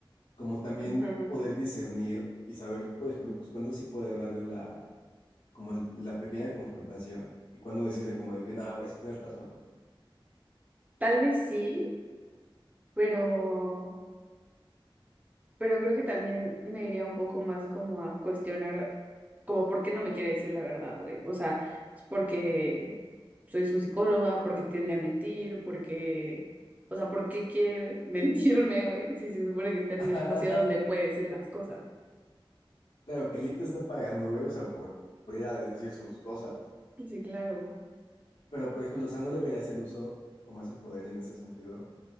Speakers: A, on the left; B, on the right.
A: como también
B: ajá.
A: poder discernir y saber, por ejemplo, pues cuándo sí poder darle la, como el- la pequeña confrontación y cuándo decirle como de que, no, güey, sí tienes razón.
B: Tal vez sí, pero... Pero creo que también me iría un poco más como a cuestionar, como por qué no me quiere decir la verdad, güey. O sea, es porque soy su psicóloga, porque tiende a mentir, porque, o sea, ¿por qué quiere <laughs> mentirme, güey? Si se supone que está en
A: <laughs>
B: un espacio donde puede decir las cosas.
A: Claro, que Lee está pagando, güey, o sea, por, por ir a decir sus cosas.
B: Sí, claro.
A: Pero, por ejemplo, o sea, no le verías el uso como ese poder en ese sentido.